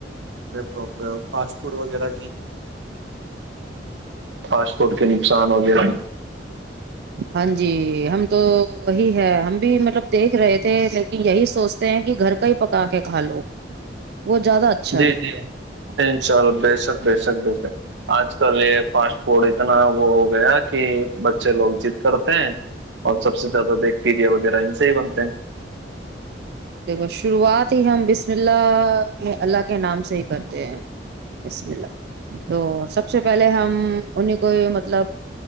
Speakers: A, on the right (about 80°); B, on the right (about 60°).
A: لیپٹاپ فاسٹ فوڈ وغیرہ پاسپورٹ کے نقصان وغیرہ
B: ہاں جی ہم تو وہی ہے ہم بھی مطلب دیکھ رہے تھے لائک یہی سوچتے ہیں کہ گھر کا ہی پکا کے کھا لو وہ زیادہ اچھا
A: جی
B: ہے
A: جی ان شاء اللہ بے سک بےشک بےشک آج کل یہ فاسٹ فوڈ اتنا وہ ہو گیا کہ بچے لوگ چیت کرتے ہیں اور سب سے زیادہ بیکٹیریا وغیرہ ان سے ہی بنتے ہیں
B: دیکھو شروعات ہی ہم بسم اللہ اپنے اللہ کے نام سے ہی کرتے ہیں بسم اللہ تو سب سے پہلے ہم انہیں کو مطلب